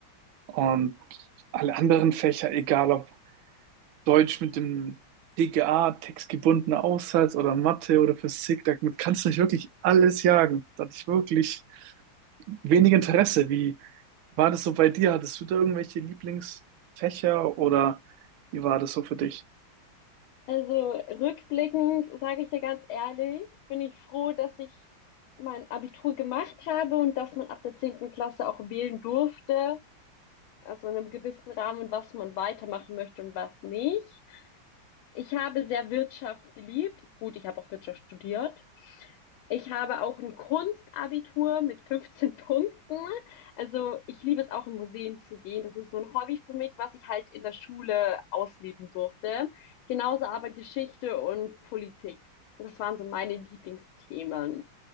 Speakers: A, on the right; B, on the left.
A: Und alle anderen Fächer, egal ob Deutsch mit dem DGA, textgebundener Aufsatz oder Mathe oder Physik, damit kannst du nicht wirklich alles jagen. Da hatte ich wirklich wenig Interesse. Wie war das so bei dir? Hattest du da irgendwelche Lieblingsfächer oder wie war das so für dich?
B: Also rückblickend sage ich dir ganz ehrlich, bin ich froh, dass ich mein Abitur gemacht habe und dass man ab der zehnten Klasse auch wählen durfte, also in einem gewissen Rahmen, was man weitermachen möchte und was nicht. Ich habe sehr Wirtschaft geliebt. Gut, ich habe auch Wirtschaft studiert. Ich habe auch ein Kunstabitur mit 15 Punkten. Also ich liebe es auch in Museen zu gehen. Das ist so ein Hobby für mich, was ich halt in der Schule ausleben durfte. Genauso aber Geschichte und Politik. Das waren so meine Lieblingsthemen.